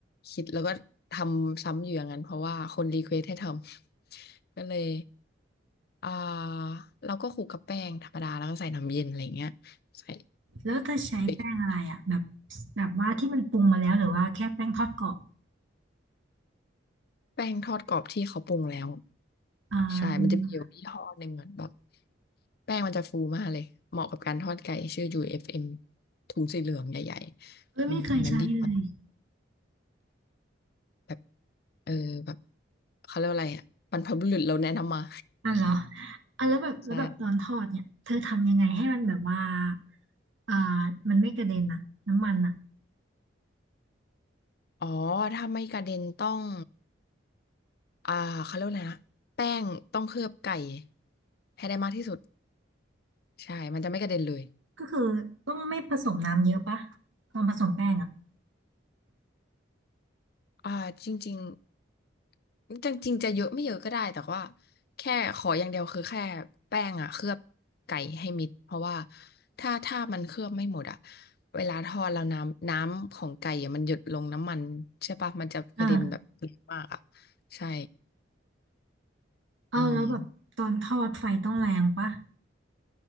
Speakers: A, on the left; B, on the right.
A: คิดแล้วก็ทำซ้ำอยู่อย่างนั้นเพราะว่าคนรีเควสให้ทำ <laughs> ก็เลยอ่าเราก็คลุกกับแป้งธรรมดาแล้วก็ใส่น้ำเย็นอะไรเงี้ยใส่
B: แล้วเธอใช้แป้งอะไรอ่ะแบบ
A: เบก
B: แบบว่าที่มันปรุงมาแล้วหรือว่าแค่แป้งทอดกรอบ
A: แป้งทอดกรอบที่เขาปรุงแล้ว
B: อ่
A: ใช่มันจะมีอยู่ยี่ห้อหนึ่งเหมือนแบบ
B: า
A: แป้งมันจะฟูมากเลยเหมาะกับการทอดไก่ชื่อ UFM ถุงสีเหลืองใหญ่ๆอืมอันนั้นดีมาก
B: เอ้ยไม่เคยใช้เลย
A: แบบเออแบบเขาเรียกว่าอะไรอ่ะบรรพบุรุษเราแนะนำมา
B: อ่ะเหรออ่ะแล้วแบบแล้วแบบตอนทอดเนี่ยเธอทำยังไงให้มันแบบว่า
A: <laughs> ใช่
B: อ่ามันไม่กระเด็นอะน้ำมันอะ
A: อ๋อถ้าไม่กระเด็นต้องอ่าเขาเรียกว่าอะไรนะแป้งต้องเคลือบไก่ให้ได้มากที่สุดใช่มันจะไม่กระเด็นเลย
B: ก็คือต้องไม่ผสมน้ำเยอะปะตอนผสมแป้งอะ
A: อ่าจริงๆจริงๆจะเยอะไม่เยอะก็ได้แต่ว่าแค่ขออย่างเดียวคือแค่แป้งอ่ะเคลือบไก่ให้มิดเพราะว่าถ้าถ้ามันเคลือบไม่หมดอ่ะเวลาทอดแล้วน้ำน้ำของไก่อะมันหยดลงน้ำมันใช่ปะมันจะกระเด็นแบบเยอะมากอ่ะ
B: อ่า
A: ใช่
B: เอาแล้วแบบตอนทอดไฟต้องแรงปะ
A: อืม